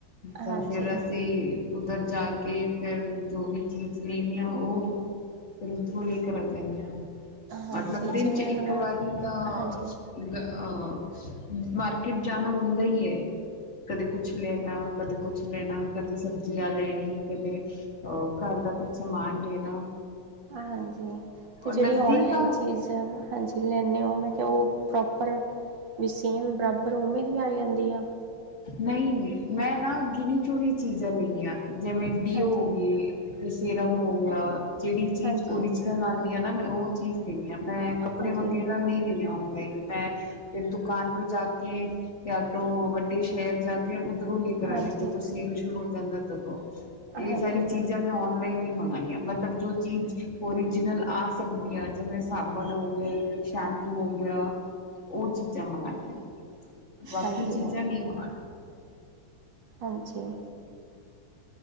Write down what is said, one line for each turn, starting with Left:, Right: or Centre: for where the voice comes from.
Left: ਤਾਂ
Right: ਹਾਂਜੀ
Left: ਫੇਰ ਅਸੀਂ ਉੱਧਰ ਜਾ ਕੇ ਫੇਰ ਜੋ ਵੀ ਚੀਜ਼ ਲੈਂਨੀ ਆ ਓਹ ਉਦਰੋ ਲੇ ਕਰ ਆ ਜਾਂਦੇ ਆ।
Right: ਹਾਂਜੀ
Left: ਮਤਲਬ ਦਿਨ
Right: ਜਿਵੇਂ
Left: ਚ
Right: ਹੁਣ
Left: ਇੱਕ ਵਾਰੀ ਤਾਂ
Right: ਹਾਂਜੀ
Left: ਅਹ ਮਾਰਕਿਟ ਜਾਣਾ ਹੁੰਦਾ ਹੀ ਹੈ, ਕਦੇ ਕੁਛ ਲੈਣਾ ਕਦੇ ਕੁਛ ਲੈਣਾ, ਕਦੇ ਸਬਜ਼ੀਆਂ ਲੈਣੀ, ਕਦੇ ਉਹ ਘਰ ਦਾ ਕੁਛ ਸਮਾਨ ਲੈਣਾ।
Right: ਹਾਂਜੀ ਏ ਤੇ
Left: ਔਰ
Right: ਜਿਹੜੀ
Left: ਨਜ਼ਦੀਕ
Right: ਔਨਲਾਈਨ
Left: ਆ
Right: ਚੀਜ਼ਾਂ ਹਾਂਜੀ ਲੈਂਦੇ ਹੋ, ਮੈਂ ਕਿਹਾ ਉਹ ਪ੍ਰੋਪਰ ਵੀ ਸੇਮ ਬਰਾਬਰ ਉਵੇਂ ਦੀ ਆ ਜਾਂਦੀ ਆ।
Left: ਨਹੀਂ ਮੈਂ ਨਾ ਗਿਨੀ ਚੁਣੀ ਚੀਜ਼ਾਂ ਲੈਨੀਆਂ ਜਿਵੇਂ ਡੀਓ
Right: ਹਾਂਜੀ
Left: ਹੋ ਗੇ। ਤੇ ਸਿਰਮ ਹੋ ਗਿਆ, ਜਿਹੜੀ ਚੀਜ਼
Right: ਹਾਂਜੀ
Left: ਓਰੀਜਨਲ
Right: ਹਾਂਜੀ
Left: ਆਉਂਦੀ ਆ ਨਾ ਮੈਂ ਉਹ ਚੀਜ਼ ਲੈਣੀ ਆ, ਮੈਂ ਕੱਪੜੇ
Right: ਹਾਂਜੀ
Left: ਵਗੈਰਾ ਨਹੀਂ ਲੈਂਦੀ ਔਨਲਾਈਨ। ਮੈਂ ਫੇਰ ਦੁਕਾਨ ਤੋਂ ਜਾ ਕੇ ਜਾਂ ਤੋਂ ਵੱਡੇ ਸ਼ਹਿਰ ਜਾ ਕੇ ਉੱਧਰੋਂ ਲੈ ਪੁਰਾਣੀ
Right: ਹਾਂਜੀ
Left: ਤੋਂ ਜਦੋਂ ਸੇਲ ਸ਼ੁਰੂ ਹੋ ਜਾਂਦਾ ਤਾਂਦੋ, ਏ
Right: ਹਾਂਜੀ
Left: ਸਾਰੀ ਚੀਜ਼ ਮੈਂ ਔਨਲਾਈਨ ਹੀ ਮੰਗਣੀਆਂ ਮਤਲਬ ਜੋ ਚੀਜ਼ ਓਰੀਜਨਲ ਅ- ਸਕਦੀ ਹੈ ਜਿਵੇਂ ਸਾਬਣ ਹੋ ਗਏ, ਸ਼ੈਂਪੂ ਹੋ ਗਿਆ। ਉਹ ਚੀਜ਼ਾਂ ਮੰਗਉਣੀਆਂ, ਬਾਕੀ
Right: ਹਾਂਜੀ
Left: ਚੀਜ਼ਾਂ ਨਹੀਂ ਮੰਗਉਣੀਆਂ।
Right: ਹਾਂਜੀ।